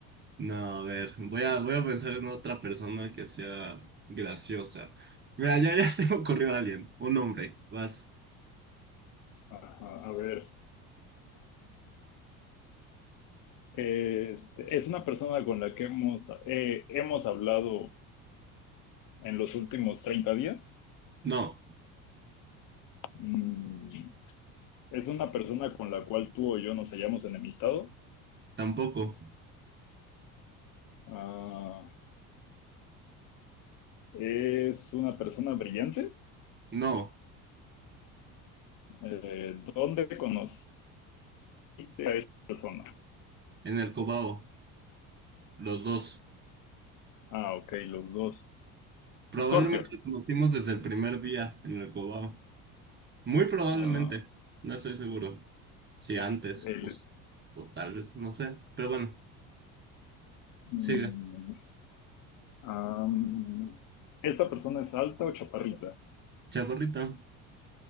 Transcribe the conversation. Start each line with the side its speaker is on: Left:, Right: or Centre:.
Right: no, a ver, voy a, voy a pensar en otra persona que sea graciosa. Mira, ya, <laughs> ya se me ocurrió alguien, un hombre, vas.
Left: Ajá, a ver. Este, es una persona con la que hemos, eh, hemos hablado en los últimos 30 días.
Right: No,
Left: Mm, es una persona con la cual tú o yo nos hayamos enemistado.
Right: tampoco,
Left: Ah, es una persona brillante.
Right: no,
Left: Eh, ¿Dónde conociste a esta persona?
Right: en el Cobao, los dos.
Left: Ah, ok, los dos.
Right: Probablemente
Left: Escorpio.
Right: lo conocimos desde el primer día en el Cobao. Muy probablemente,
Left: Ah,
Right: no estoy seguro. Si antes,
Left: el,
Right: pues, o tal vez, no sé, pero bueno,
Left: mm,
Right: sigue.
Left: ah, mm, ¿esta persona es alta o chaparrita?
Right: Chaparrita. <laughs>